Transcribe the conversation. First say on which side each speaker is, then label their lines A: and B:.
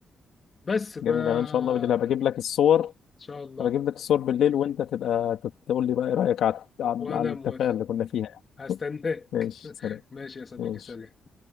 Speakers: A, on the left (about 30°); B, on the left (about 85°).
A: بس ب...
B: جميل
A: ان
B: انا ان شاء الله بالليل هبقى اجيب لك الصور
A: شاء الله
B: أنا بجيب لك الصور بالليل وأنت تبقى تقول لي بقى إيه رأيك على على
A: وانا
B: على التفاهة
A: موافق
B: اللي كنا فيها
A: هستناك
B: يعني <laughs> ماشي سلام
A: ماشي يا صديقي
B: ماشي
A: سلام